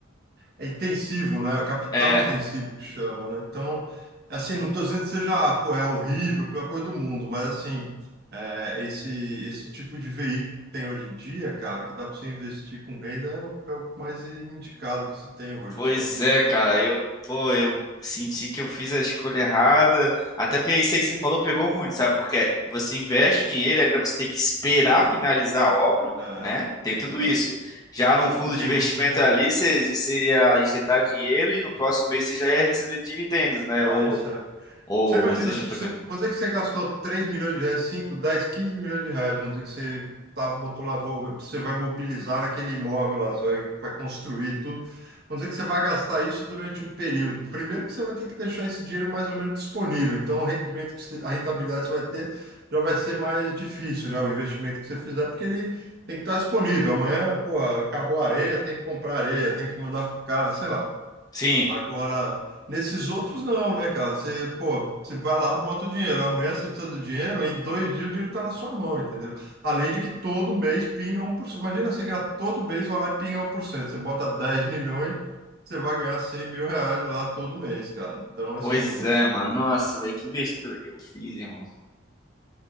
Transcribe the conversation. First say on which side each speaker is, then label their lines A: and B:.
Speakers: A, on the right (about 50°); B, on the left (about 20°).
A: é intensivo, né? Capital
B: É.
A: intensivo que chama, né? Então, assim, não estou dizendo que seja, ah, pô, é horrível, a pior coisa do mundo, mas assim, é, esse esse tipo de veículo que tem hoje em dia, cara, que dá para você investir com renda é o, é o mais indicado que se tem hoje,
B: Pois
A: sabe?
B: é, cara, eu, pô, eu senti que eu fiz a escolha errada. Até porque isso aí que você falou pegou muito, sabe? Porque você investe o dinheiro, e ainda você tem que esperar finalizar a obra,
A: É,
B: né? Tem tudo
A: é,
B: isso. Já num fundo
A: e tem
B: de investimento
A: o- <laughs>
B: ali, você, você ia injetar dinheiro e no próximo mês você já ia receber dividendos, né?
A: já
B: Ou,
A: recebe.
B: ou
A: Você imagina,
B: seja
A: se
B: outra
A: você,
B: coisa.
A: vamos dizer que você gastou 3 milhões de reais, 5, 10, 15 milhões de reais, vamos dizer que você tá, botou lá, vou- você vai mobilizar aquele imóvel lá, você vai, vai construir tudo. Vamos dizer que você vai gastar isso durante um período. Primeiro que você vai ter que deixar esse dinheiro mais ou menos disponível. Então, o rendimento que você, a rentabilidade que você vai ter já vai ser mais difícil, né? O investimento que você fizer, porque ele tem que estar disponível. Amanhã, pô, acabou a areia, tem que comprar areia, tem que mandar pro cara, sei lá.
B: Sim,
A: Agora, nesses outros não, né, cara? Você, pô, você vai lá, bota o dinheiro. Amanhã você precisa do dinheiro, em dois dias o dinheiro tá na sua mão, entendeu? Além de que todo mês pinga um por cento Imagina você ganhar todo mês, vai lá e pinga um por cento Você bota 10 milhões, você vai ganhar 100 mil reais lá todo mês, cara. Então, assim,
B: pois é, mano. Nossa, velho, que besteira que eu fiz, irmão.